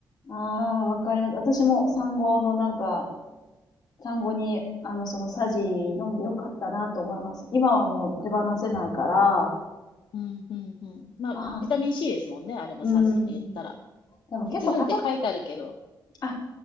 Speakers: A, on the left; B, on the left.
A: ーあーわかります。私も産後のなんか、産後に、あの、そのサジ飲んでよかったなと思います。今はもう手放せないから、
B: うん、うんうん。まあ、
A: まあ、
B: ビタミン C ですもんね、あれもサジじ言ったら。
A: うーん。でも結構高く、
B: 鉄分って書いてあるけど、
A: あ、